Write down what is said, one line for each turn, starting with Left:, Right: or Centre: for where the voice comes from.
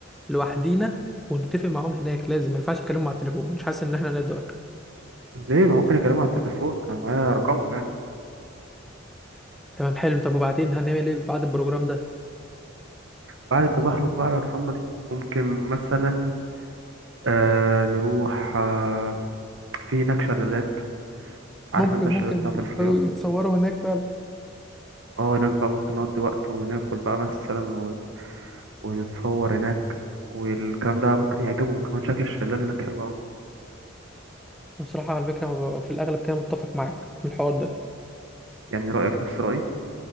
Centre: لوحدينا ونتفق معاهم هناك لازم ما ينفعش نتكلم على التليفون مش حاسس ان احنا نقدر
Right: ليه ما ممكن اكلمه على التليفون انا معايا رقمهم يعني
Centre: تمام حلو طب وبعدين هنعمل ايه بعد البروجرام ده
Right: بعد التزحلق بقى على الرملة دي ممكن مثلا آه نروح آه في هناك شلالات عارف
Centre: ممكن
Right: انت الشلالات
Centre: ممكن
Right: بتاعت
Centre: يفضلوا
Right: الفيوم
Centre: يتصوروا هناك فعلا
Right: اه هناك بقى ممكن نقضي وقت وناكل بقى مثلا و... ونتصور هناك والكلام ده ممكن يعجبهم كمان شكل الشلال هناك حلو قوي
Centre: بصراحة على فكرة هو في الأغلب كده متفق معاك من الحوار ده
Right: يعني رأيك نفس رأيي